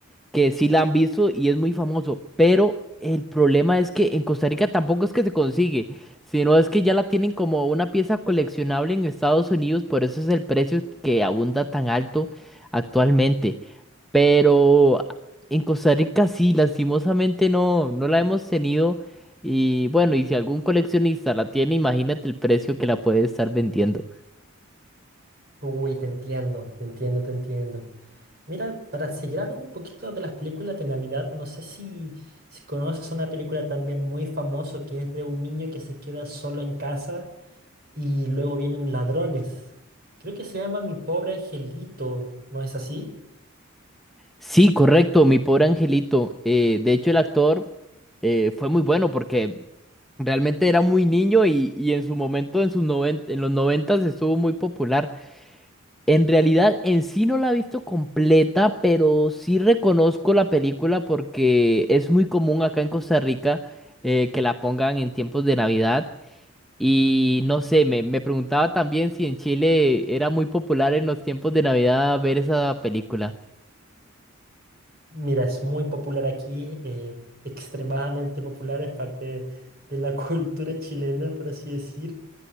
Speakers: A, in the centre; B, on the right.
A: que sí la han visto y es muy famoso, pero el problema es que en Costa Rica tampoco es que se consigue, sino es que ya la tienen como una pieza coleccionable en Estados Unidos, por eso es el precio que abunda tan alto actualmente. Pero en Costa Rica sí, lastimosamente no, no la hemos tenido y bueno, y si algún coleccionista la tiene, imagínate el precio que la puede estar vendiendo.
B: Uy, te entiendo, te entiendo, te entiendo. Mira, para seguir hablando un poquito de las películas de Navidad, no sé si, si conoces una película también muy famosa que es de un niño que se queda solo en casa y luego vienen ladrones. Creo que se llama Mi pobre angelito, ¿no es así?
A: Sí, correcto, mi pobre angelito. eh, de hecho, el actor eh, fue muy bueno porque Realmente era muy niño y, y en su momento, en sus noven- en los noventas estuvo muy popular. En realidad, en sí no la he visto completa, pero sí reconozco la película porque es muy común acá en Costa Rica eh, que la pongan en tiempos de Navidad. Y no sé, me, me preguntaba también si en Chile era muy popular en los tiempos de Navidad ver esa película.
B: Mira, es muy popular aquí, eh, extremadamente popular, es parte de la <laughs> cultura chilena, por así decir.